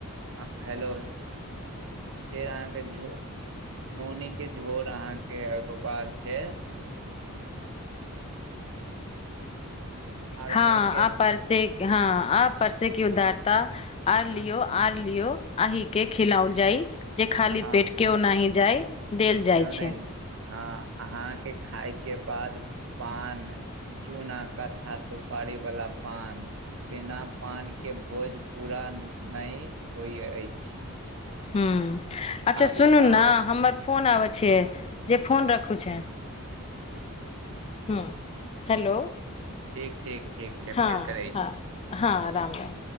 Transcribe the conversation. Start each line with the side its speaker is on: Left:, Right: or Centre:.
Right: हँ हेलो फेर अहाँके झो नोनी के झोर अहाँके ओके बाद फेर अरहर
Left: हँ
Right: के
Left: आ परसे हँ आ परसे की उदारता आर लियो
Right: हँ
Left: आर लियो अहि के खिलाल जाइ जे खाली
Right: हँ
Left: पेट केओ न जाय देल जाइ
Right: केओ
Left: छै
Right: नहि हँ अहाँके खाायके बाद पान चूना कतथा सुपारी वालला पान बिना पानके भोज पूरा नहि होइत अछि
Left: हुँ अच्छा
Right: आब
Left: सुनू
Right: तऽ
Left: ने हमर फोन आबै छिय जे फोन रखू छै ह हेलो
Right: ठीक ठीक ठीक छै
Left: हँ
Right: फेर करै छी
Left: हँ हँ राम राम